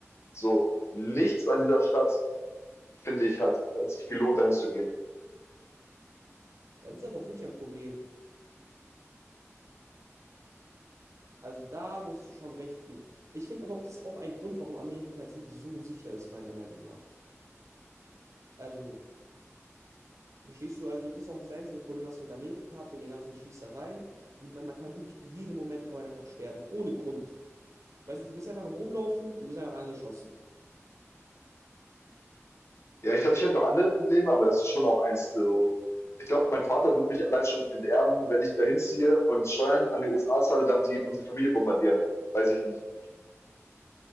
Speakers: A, on the left; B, on the right.
A: So, nichts an dieser Stadt, finde ich, hat, hat sich gelohnt, dahin zu gehen.
B: Ja, das ist aber auch wirklich ein Problem. Also da muss ich dir schon recht geben. Ich finde aber auch, das ist auch ein Grund, warum Amerika jetzt nicht so sicher ist, meiner Meinung nach. Also Verstehst du? Also, das ist auch das einzige Problem, was ich mit Amerika habe, wegen den ganzen Schießereien. Und ich meine, man kann wirklich, jeden Moment kann man einfach sterben, ohne Grund. Weißt du, du bist einfach am Rumlaufen, du wirst einfach angeschossen. <laughs>
A: Ja, ich glaube, ich hätte noch andere Probleme, aber das ist schon auch eins, so. Ich glaube, mein Vater würde mich allein schon enterben, wenn ich dahin ziehe und Steuern an die USA zahle, dann die unsere Familie bombardieren. Weiß ich nicht.